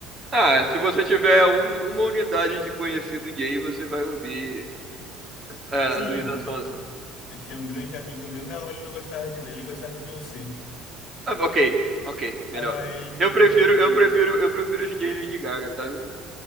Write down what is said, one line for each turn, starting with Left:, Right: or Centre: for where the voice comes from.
Right: Ah,
Left: é
Right: se
Left: um negócio.
Right: você tiver um- uma unidade de conhecido gay, você vai ouvir ah,
Left: Sim,
Right: a Luísa Sonza.
Left: sim. Eu tinha um grande amigo meu. Não, ele não gostava de. Ele gostava de Beyoncé.
Right: Ah, ok, ok, melhor.
Left: Aí
Right: Eu
Left: ele.
Right: prefiro, eu prefiro, eu prefiro os gays Lady Gaga, sabe?